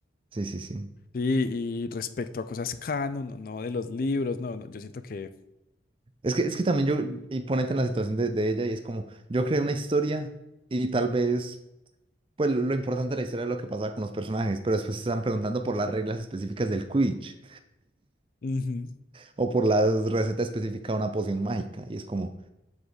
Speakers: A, on the right (about 30°); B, on the left (about 50°).
A: Sí, sí, sí.
B: Sí, y respecto a cosas canon, no, no de los libros, no, no, yo siento que...
A: Es que, es que también yo, y ponete en la situación de, de ella, y es como, yo creé una historia, y tal vez, pues lo importante de la historia es lo que pasaba con los personajes, pero después se están preguntando por las reglas específicas del Quidditch,
B: Ujú,
A: o por la receta específica de una poción mágica, y es como,